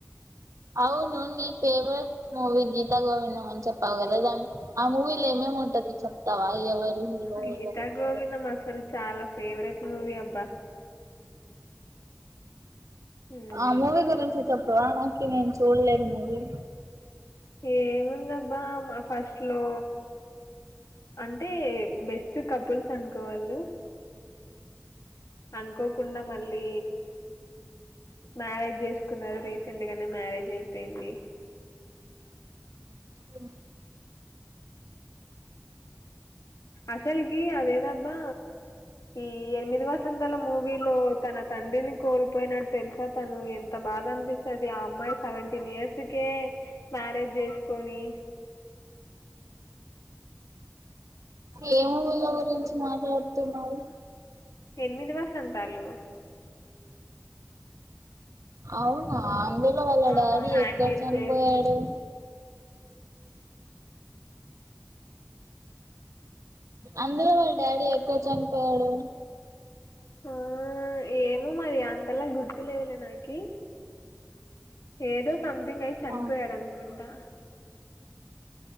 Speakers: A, on the right; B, on the left.
A: అవును ని ఫేవరెట్ మూవి గీత గోవిందం అని చెప్పావు కదా దన్ ఆ మూవీ లో ఏమేముంటది చెప్తావా ఎవరు హీరో
B: గీతా
A: ఎవరు హీరోయిన్
B: గోవిందం అసలు చాలా ఫేవరెట్ మూవీ అబ్బా హ్మ్
A: ఆ మూవీ గురించి చెప్పవా నాకు నేను చూడలేదు మూవీ
B: ఏముందబ్బా మా ఫస్ట్ లో అంటే బెస్ట్ కపుల్స్ అనుకోవాళు అనుకోకుండా మళ్ళీ మ్యారేజ్ చేసుకున్నారు రీసెంట్ గానే మ్యారేజ్ అయిపోయింది
A: అ
B: అసలికి అదేదప్పా ఈ ఈ ఎనిమిది వసంతల మూవీలో తన తండ్రిని కూలిపోయినతెలుసా తను ఎంత బాధ అనిపిస్తుది ఆ అమ్మాయి సెవెంటీన్ ఇయర్స్కే మ్యారేజ్ చేసుకొని
A: ఏ మూవీలో గురించి మాట్లాడుతునవ్
B: ఎనిమిది వసంత తాలు
A: అవునా అందులో వాళ్ళ
B: ఆ
A: డాడీ
B: హ్యాండిల్
A: ఎక్కడ చనిపోయాడు
B: చే
A: అందులో వాళ్ళ డాడీ ఎక్కడ చనిపోయాడు
B: ఆ ఏ మరి అంతలా గుర్తు లేదులే నాకి ఏదో సంథింగ్ అయి చనిపోయాడు
A: ఆ
B: అనుకుంటా